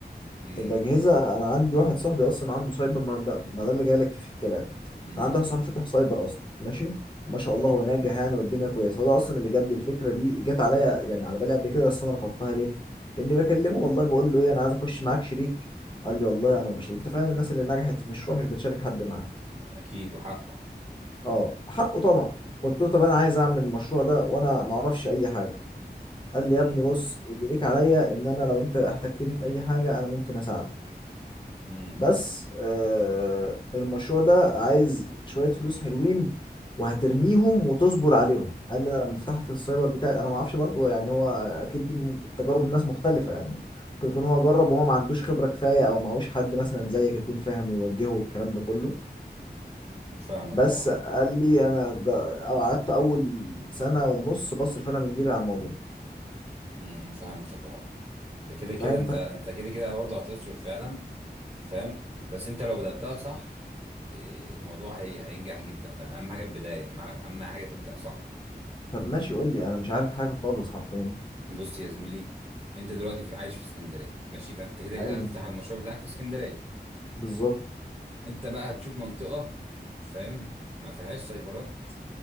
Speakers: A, on the right (about 35°); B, on the left (about 30°).
A: امم
B: الاجهزه انا عندي واحد صاحبي اصلا عنده سايبر ما ده ما ده اللي جاي لك فيه في الكلام
A: امم
B: انا عندي واحد صاحبي فاتح سايبر اصلا ماشي وما شاء
A: اه
B: الله هو ناجح يعني والدنيا كويسه هو ده اصلا اللي جاب لي الفكره دي جت عليا يعني على بالي قبل كده بس انا رفضتها ليه لاني بكلمه والله بقول له ايه انا عايز اخش معاك شريك قال لي والله انا مش انت فاهم الناس اللي نجحت في مشروع مش بتشارك حد معاه
A: اكيد وحقه
B: اه حقه طبعا قلت له طب انا عايز اعمل المشروع ده وانا ما اعرفش اي حاجه قال لي
A: امم
B: يا ابني بص اللي ليك عليا ان انا لو انت احتجتني في اي حاجه انا ممكن اساعدك
A: امم
B: بس آه المشروع ده عايز شويه فلوس حلوين وهترميهم وتصبر عليهم قال لي انا لما فتحت السايبر بتاعي انا ما اعرفش برضه يعني هو اكيد دي م- تجارب الناس مختلفه يعني ممكن يكون هو جرب وهو ما عندوش خبره كفايه او معهوش حد مثلا زيك يكون فاهم ويوجهه والكلام ده كله
A: فاهمك
B: بس
A: اه
B: قال لي انا جا- أو قعدت اول سنه ونص بصرف انا من جيبي على الموضوع
A: امم امم، فهمتك اه ده كده كده
B: فاهم
A: انت
B: ف-
A: انت كده كده برضه هتصرف فعلا فاهم بس انت لو بدأتها صح إيه، الموضوع هي هينجح جدا فاهم حاجه البدايه اهم أهم حاجه تبدأ صح
B: طب ماشي قول لي انا مش عارف حاجه خالص حرفيا
A: بص يا زميلي انت دلوقتي في عايش في اسكندريه ماشي فانت كده كده
B: ايوه
A: هتفتح المشروع بتاعك في اسكندريه
B: بالظبط
A: انت بقى هتشوف منطقه فاهم ما فيهاش سايبرات